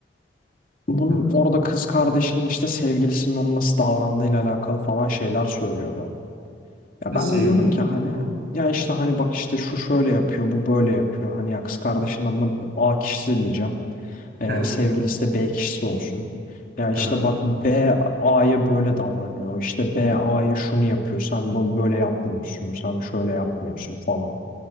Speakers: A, on the left (about 50°); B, on the right (about 55°).
A: bunun
B: Hı.
A: orada kız kardeşinin işte sevgilisinin onun nasıl davrandığıyla alakalı falan şeyler söylüyordu. Ya
B: Nasıl
A: ben de
B: yani
A: diyordum
B: oğlum
A: ki hani
B: ben anlamadım.
A: ya işte hani bak işte şu şöyle yapıyor, bu böyle yapıyor. Hani ya kız kardeşinin adına A kişisi diyeceğim. Ee,
B: Hı hı,
A: sevgilisi de B kişisi olsun. Ya
B: Tamam.
A: işte bak B A'ya böyle davranıyor. İşte B A'ya şunu yapıyor. Sen bu böyle yapmıyorsun. Sen şöyle yapmıyorsun falan